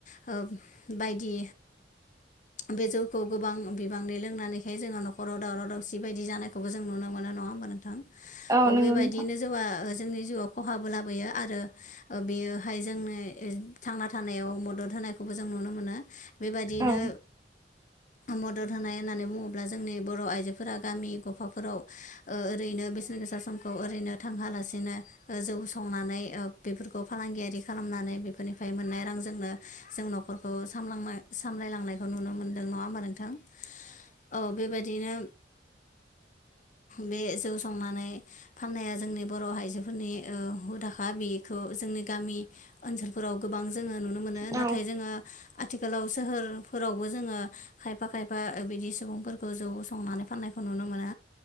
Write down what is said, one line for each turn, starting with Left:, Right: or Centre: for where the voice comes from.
Left: ब बायदि बे जखौ गोबां बिबांनि लोंनानैाय जोो न'राव दावराव दावसि बिबायायदि जानायखौबो जों नुनो मोनो नङा होमबा नोंथां
Right: औ
Left: अ
Right: नंगौ
Left: बेबायदिैनो
Right: नोंथां
Left: <unintelligible> जोंनि जिउआव खहाबो लाबोयो आरो बेयो बाहाय जोंनो थांना थानायाव मदद होनायखौबो जों नुनो मोनो बेबायदियैनो
Right: औ
Left: मदद होनाय होननानै बुङोब्ला जोंनि बर' आइजो फोरा गामि गफाफोराव ओरैनो बेसेन गोसा समखौ ओरैनो थांहोलासेनो जौ उ संनानै बेफोरखौ फालांगियारि खालामनानै बेफोरनिफ्राय मोननाय रांजोंनो जों न'खरखौ लांनाय सामलायलांनायखौ नुनो मोनदों नङा होमबा नोंथां औ बेबायदिनो बे जौ संनानै फाननाया जोंनि बर' आइजोफोरनि हुदाखा बि बेखौ जोंनि गामि ओनसोलफोराव गोबां जोङो नुनो मोनो
Right: औ
Left: नाथाय जोङो आथिखालाव सोहोरफोरावबो जोङो खायफा खायफा बिदि सुबुंफोरखौ जौ संनानै फाननायखौ नुनो मोनो